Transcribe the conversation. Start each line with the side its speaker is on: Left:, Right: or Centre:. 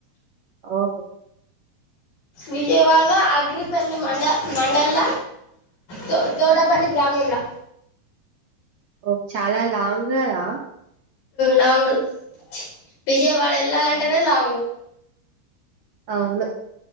Right: ఆహ
Left: విజయవాడలో అగ్రిపల్లి మండ మండల్ తో తోటపల్లి గ్రామంలా
Right: ఓ చాలా లాంగ్ కదా
Left: లాంగ్ బ విజయవాడ వెళ్ళాలంటేనే
Right: ఉమ్.
Left: లాంగు
Right: అవును